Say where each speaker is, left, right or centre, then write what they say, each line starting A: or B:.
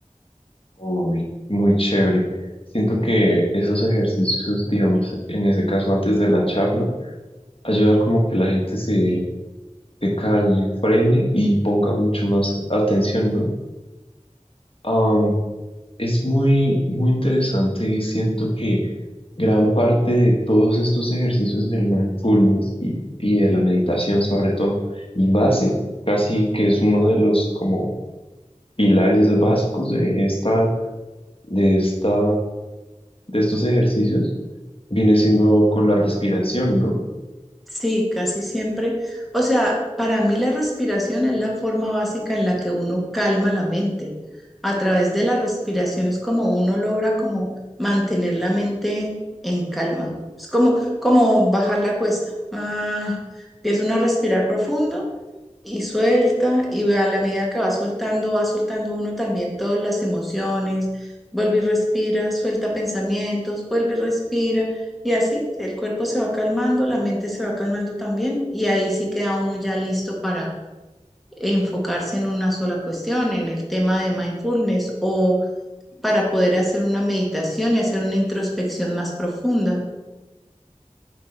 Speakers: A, on the left; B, in the centre.
A: Uy, muy chévere. Siento que esos ejercicios, digamos, en ese caso antes de la charla, ayuda como que la gente se, se calme, frene y ponga mucho más atención, ¿no? Am, Es muy, muy interesante y siento que gran parte de todos estos ejercicios del mindfulness y, y de la meditación sobre todo, y base, casi que es uno de los como pilares básicos de esta, de esta, de estos ejercicios, viene siendo con la respiración, ¿no?
B: Sí, casi siempre. O sea, para mí la respiración es la forma básica en la que uno calma la mente. A través de la respiración es como uno logra como mantener la mente en calma. Es como, como bajar la cuesta. Ah, empieza uno a respirar profundo y suelta, y a la medida que va soltando, va soltando uno también todas las emociones, vuelve y respira, suelta pensamientos, vuelve y respira, y así el cuerpo se va calmando, la mente se va calmando también, y ahí sí queda uno ya listo para enfocarse en una sola cuestión, en el tema de mindfulness o para poder hacer una meditación y hacer una introspección más profunda.